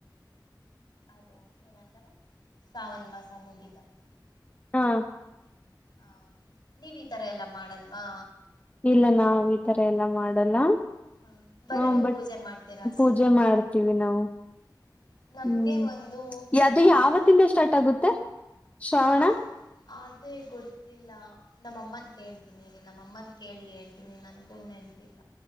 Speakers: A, on the left; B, on the left.
A: ಅದು ಏನಂತಾರೆ ಶ್ರವಣ ಮಾಸ ಮುಗಿತು ಅಂತ
B: ಹಾ
A: ಹಾ ನೀವ ಈ ತರ ಎಲ್ಲಾ ಮಾಡಲ್ವಾ
B: ಇಲ್ಲ ನಾವ್ ಈ ತರ ಎಲ್ಲಾ ಮಾಡೋಲ್ಲ
A: ಹ ಬರೀ
B: ಹಾ
A: ನೀವು
B: ಬಟ್
A: ಪೂಜೆ ಮಾಡ್ತೀರಾ ಅಷ್ಟೆ
B: ಪೂಜೆ ಮಾಡ್ತೀವಿ ನಾವು
A: ನಮಗೆ
B: ಹ್ಮ್
A: ಒಂದು
B: ಅದು
A: ನನಗೂ
B: ಯಾವತ್ತಿಂದ ಸ್ಟಾರ್ಟ್ ಆಗುತ್ತೆ ಶ್ರಾವಣ
A: ಆ ಅದೇ ಗೊತ್ತಿಲ್ಲ ನಮ್ಮ ಅಮ್ಮನ್ ಕೇಳ್ತೀನಿ ರೀ ನಮ್ಮಮ್ಮನ್ ಕೇಳಿ ಹೇಳ್ತೀನಿ ನನ್ಗು ನೆನಪಿಲ್ಲ